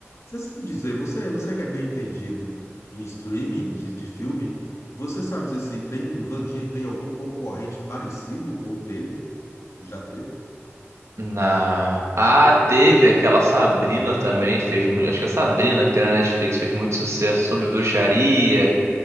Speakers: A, on the left (about 75°); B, on the right (about 75°).
A: Você sabe dizer, você, você que é bem entendido em streaming de, de filme, você sabe dizer se tem Vandinha tem algum concorrente parecido ou teve? Já teve?
B: Na... Ah, teve aquela Sabrina também, fez muito. Acho que a Sabrina que tem na Netflix fez muito sucesso sobre bruxaria,